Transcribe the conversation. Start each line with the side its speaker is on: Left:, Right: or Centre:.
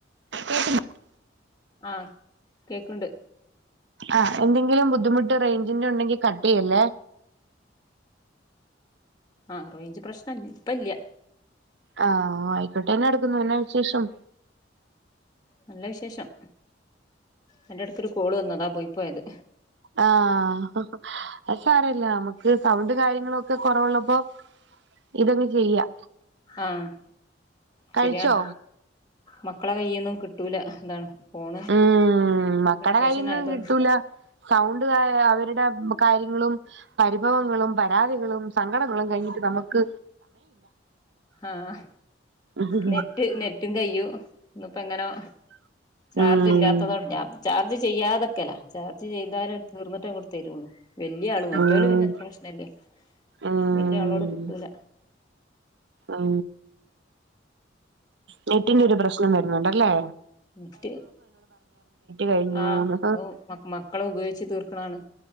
Right: <unintelligible>
Left: ആഹ് കേക്ക്ണ്ട്.
Right: ആഹ് എന്തെങ്കിലും ബുദ്ധിമുട്ട് റേഞ്ചിന്റെ ഉണ്ടെങ്കിൽ കട്ട് ചെയ്യല്ലേ.
Left: ആഹ് റെയ്ഞ്ച് പ്രശ്നം ഇൽ ഇപ്പ ഇല്ല.
Right: ആഹ് ആയിക്കോട്ടെ എന്നാ എടുക്കുന്നു എന്നാ വിശേഷം?
Left: നല്ല വിശേഷം അയ്‌ന്റെട്ക്കൊരു കോള് വന്നു അതാ പോയി പോയത്.
Right: ആഹ് അത് സാരല്ല അമ്മക്ക് സൗണ്ട് കാര്യങ്ങളൊക്കെ കൊറവ്ള്ളപ്പോ ഇതങ്ങ് ചെയ്യാ
Left: ആഹ്
Right: കഴിച്ചോ
Left: ശരിയാണ് മക്കളെ കയ്യീന്നും കിട്ടൂല അതാണ് ഫോണ്
Right: ഉം മക്കടെ
Left: വെക്കേഷൻ
Right: കയ്യിന്ന്
Left: ആയതോണ്ട്
Right: കിട്ടൂല സൗണ്ട് <unintelligible> അവര്ടെ കാര്യങ്ങളും. പരിഭവങ്ങളും പരാതികളും സങ്കടങ്ങളും കയ്ഞ്ഞിട്ട് നമക്ക്
Left: ആഹ്
Right: ഉം
Left: നെറ്റ് നെ റ്റും കയ്യും ഇന്ന്പ്പെ എങ്ങനോ ചാർജ്
Right: ഉം
Left: ഇല്ലാത്തതോണ്ടെ ചാർജ് ചെയ്യാതക്കലാ ചാർജ് ചെയ്താലത് തീർന്നിട്ടേ ഇങ്ങട് തരുള്ളൂ. വല്യ ആൾ മറ്റോൽ
Right: ഉം
Left: പിന്നെ അത്ര പ്രശ്നല്ലേ
Right: ഉം
Left: വല്യ ആളോട് കിട്ടൂല
Right: ഔ നെറ്റിന്റെ ഒരു പ്രശ്നം വരുന്ന്ണ്ടല്ലേ
Left: നെറ്റ്
Right: കഴിഞ്ഞൂന്ന്
Left: ആ ഔ മക് മക്കള് ഉപയോയിച്ചു തീർക്ക്‌ണാണ്